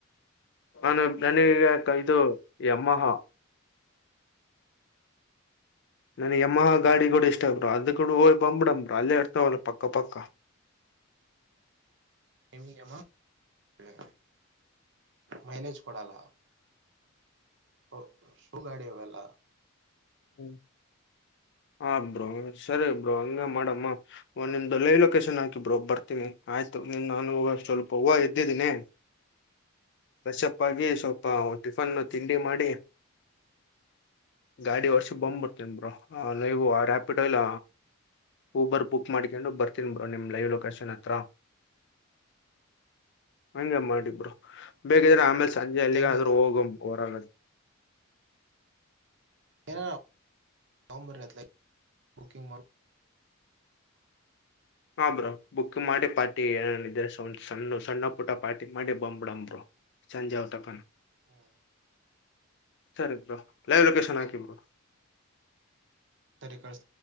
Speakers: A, on the left (about 55°); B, on the right (about 60°).
A: ಅನನ್ ನನಗೆ ತಂದು ಯಮ್ಮಹ ನನಗೆ ಯಮ್ಮಹ ಗಾಡಿ ಕೂಡ ಇಷ್ಟ ಬ್ರೋ ಅದು ಕೂಡ ಹೋಯ್ ಬಂಬ್ಬಿಡಂಬ್ರ ಅಲ್ಲೇ ಇರ್ತವಲ್ಲ ಪಕ್ಕ ಪಕ್ಕ
B: ಎಲ್ಲಿಗಮ್ಮ ವೆ ಮೈಲೇಜ್ ಕೊಡಾಲ ಓ ಓಗಾಡಿಯ ಅಲ್ಲ
A: ಹ್ಮ್ ಹ ಬ್ರೋ ಸರಿ ಬ್ರೋ ಹಂಗ ಮಾಡಮ್ಮ ಒ ನಿಮ್ದು ಲೈವ್ ಲೊಕೇಶನ್ ಹಾಕಿ ಬ್ರೋ ಬರ್ತೀನಿ ಆಯ್ತು ನಾನು ಹೂ ಸ್ವಲ್ಪ ಹೂವು ಎದ್ದಿದ್ದೀನಿ ಕಶಪ್ಪಾಗಿ ಸ್ವಲ್ಪ ಟಿಫನ್ ತಿಂಡಿ ಮಾಡಿ ಗಾಡಿ ವರ್ಷ ಬೊಂಬ್ ಬುರ್ತಿಬ್ರೋ ಅಲೈವ ರ್ಯಾಪಿಡ್ ಅಲ್ಲ ಊಬರ್ ಬುಕ್ ಮಾಡ್ಕೊಂಡು ಬರ್ತೀನಿ ನಿಮ್ ಲೈವ್ ಲೊಕೇಶನ್ ಹತ್ರ ಹಂಗೆ ಮಾಡಿ ಬ್ರೋ ಬೇಕಿದ್ರೆ ಆಮೇಲೆ ಸಂಜೆ ಅಲ್ಲಿಗೆ
B: ಹಂಗೆ
A: ಆದ್ರೂ ಹೋಗ ಹೊರಗದು
B: ಯ ನಂಬ ಬುಕಂಗ್ ಮಾಡ
A: ಹಾ ಬ್ರೋ ಬುಕ್ ಮಾಡಿ ಪಾರ್ಟಿ ಏನ ಇದ್ರ ಸ್ ಸಣ್ಣ ಸಣ್ಣ ಪುಟ ಪಾರ್ಟಿ ಮಾಡಿ ಬಂಬ್ಡಂಬರು ಸಂಜೆಾವ್ ತಪಾನ
B: ಹ್ಮ <inaudible>
A: ಸರಿ ಬಾ ಲೈವ್ ಲೊಕೇಶನ್ ಹಾಕಿ ಬ
B: ಸರಿ ಕಳಿಸ್ತೀನಿ